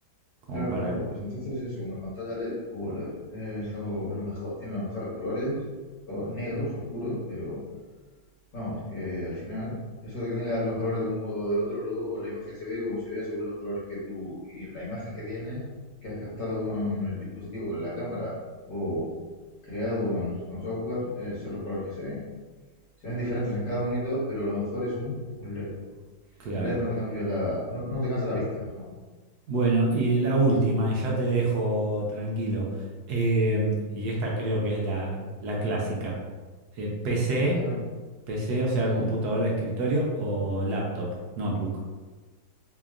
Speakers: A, on the right (about 70°); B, on the left (about 65°).
A: como
B: claro,
A: para...
B: claro, pues entonces eso, una pantalla LED u OLED es lo, lo mejor. Tiene los mejores colores, o negros, oscuros, pero Vamos, que al final, eso de que tengas los colores de un modo o de otro, luego la imagen se ve como se vea según los colores que tú y la imagen que tienes, que has captado con el dispositivo, con la cámara o creado con, con software, eh, son los colores que se ven. Se ven diferentes en cada monitor, pero lo mejor es un, un LED.
A: Claro.
B: El LED no te cambia la, no, no te cansa la vista, perdón.
A: Bueno, y la última, y ya te dejo tranquilo, eh, y esta creo que es la, la clásica. Eh, PC,
B: Adelante.
A: PC, o sea,
B: Ujú.
A: computadora de escritorio o laptop, notebook.